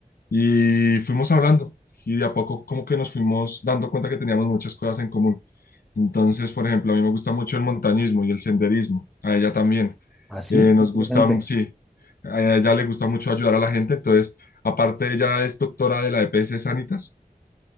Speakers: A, on the left (about 75°); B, in the centre.
A: Y fuimos hablando y de a poco como que nos fuimos dando cuenta que teníamos muchas cosas en común. Entonces, por ejemplo, a mí me gusta mucho el montañismo y el senderismo, a ella también.
B: Ah, sí,
A: Eh, nos
B: interesante.
A: gusta, mm, sí, a ella le gusta mucho ayudar a la gente, entonces, aparte ella es doctora de la EPS Sanitas